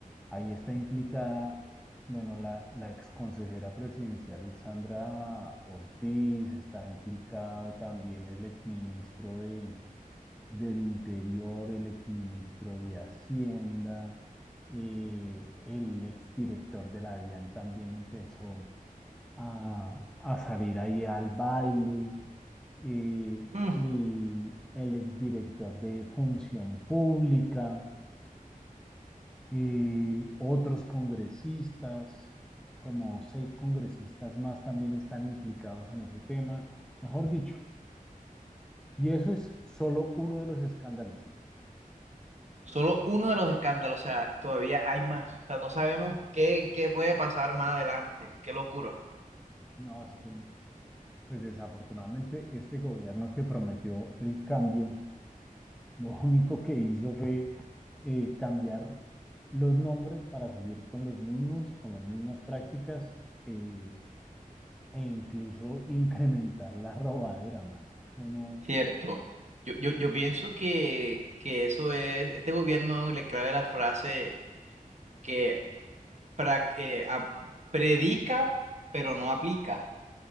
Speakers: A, in the centre; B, on the right.
A: ahí está implicada, bueno, la, la exconsejera presidencial Sandra Ortiz, está implicado también el exministro de del Interior, el exministro de Hacienda, eh, el exdirector de la DIAN también empezó a, a salir ahí al baile, eh,
B: Mm,
A: y el exdirector de Función Pública, eh, otros congresistas, como seis congresistas más también están implicados en ese tema, mejor dicho. Y eso es solo uno de los escándalos.
B: solo uno de los escándalos, o sea, todavía hay más. O sea, no sabemos qué, qué puede pasar más adelante. Qué locura.
A: No, es que Pues desafortunadamente este gobierno que prometió el cambio, lo <laughs> único que hizo fue eh, cambiar los nombres para seguir con los mismos, con las mismas prácticas eh, e incluso incrementar la robadera, mano. Eso no.
B: Cierto. Yo, yo, yo pienso que, que eso es, este gobierno le clave la frase que pra- eh, a- predica pero no aplica.